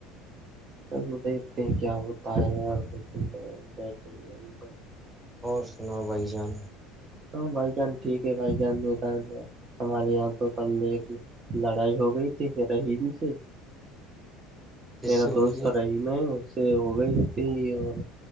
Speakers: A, on the right; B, on the right.
A: وہ دیکھتے ہیں کیا ہوتا ہے یار تو بیٹھے ہی ہم تو
B: اور سناؤ بھائی جان
A: ہاں بھائی جان ٹھیک ہے بھائی جان نہیں ہمارے یہاں تو کل ایک لڑائی ہو گئی تھی رحیم سے
B: کس
A: میرا
B: سے ہوئی
A: دوست
B: تھی
A: رہیم ہے اس سے ہو گئی تھی اور